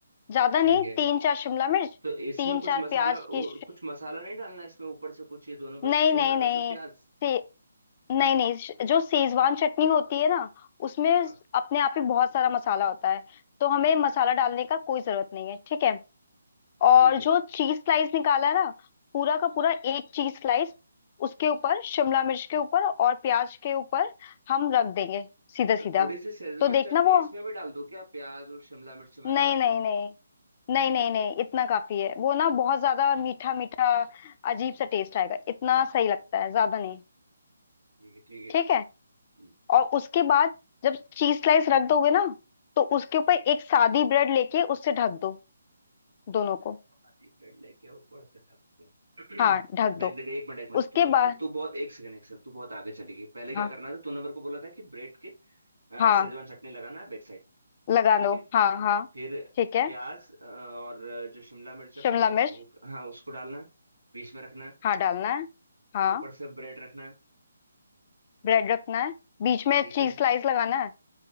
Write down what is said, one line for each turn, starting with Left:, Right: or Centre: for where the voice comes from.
Left: ज्यादा
Right: ठीक
Left: नहीं
Right: है
Left: तीन चार शिमला मिर्च
Right: तो इसमें
Left: तीन
Right: कुछ
Left: चार
Right: मसाला
Left: प्याज
Right: और
Left: की
Right: कुछ मसाला नहीं डालना इसमें ऊपर से कुछ ये दोनों बस
Left: नहीं
Right: शिमला
Left: नहीं
Right: मिर्च
Left: नहीं
Right: और प्याज
Left: से नहीं नहीं श- जो सेजवान चटनी होती है ना उसमें
Right: हाँ
Left: अपने आप ही बहुत सारा मसाला होता है तो हमें मसाला डालने का कोई जरूरत नहीं है ठीक है
Right: ठीक
Left: और
Right: है
Left: जो चीज स्लाइस निकाला है ना पूरा का पूरा एक चीज स्लाइस उसके ऊपर शिमला मिर्च के ऊपर और प्याज के ऊपर हम रख देंगे सीधा
Right: तो
Left: सीधा
Right: थोड़ी सी शेजवान
Left: तो देखना
Right: चटनी
Left: वो
Right: इसमें भी डाल दो क्या प्याज और शिमला मिर्च में
Left: नहीं
Right: अंदर
Left: नहीं नहीं नहीं नहीं नहीं इतना काफी है वो ना बहुत ज्यादा मीठा मीठा अजीब सा टेस्ट आएगा इतना सही लगता है ज्यादा नहीं
Right: ठीक है ठीक है
Left: ठीक है
Right: हम्म,
Left: और उसके बाद जब चीज स्लाइस रख दोगे ना तो उसके ऊपर एक सादी ब्रेड लेके उससे ढक दो दोनों को
Right: शादी ब्रेड लेके ऊपर से ढक दूं
Left: हाँ
Right: <clears throat>
Left: ढक
Right: देख
Left: दो
Right: देख एक मिनट एक मिनट
Left: उसके
Right: तूने
Left: बाद
Right: बहुत तू बहुत एक सेकंड एक सेकंड तू बहुत आगे चली गई पहले क्या
Left: हाँ
Right: करना था तूने मेरे को बोला था कि ब्रेड के अ,
Left: हाँ
Right: शेजवान चटनी लगाना है बैक साइड
Left: लगा
Right: ठीक
Left: दो
Right: है
Left: हाँ हाँ
Right: फिर
Left: ठीक है
Right: प्याज अ, और अ, जो शिमला मिर्च अपन
Left: शिमला
Right: ने वो-
Left: मिर्च
Right: हाँ उसको डालना है बीच में रखना है
Left: हाँ डालना है हाँ
Right: फिर ऊपर से ब्रेड रखना है
Left: ब्रेड रखना है बीच में
Right: ठीक
Left: चीज
Right: है
Left: स्लाइस लगाना है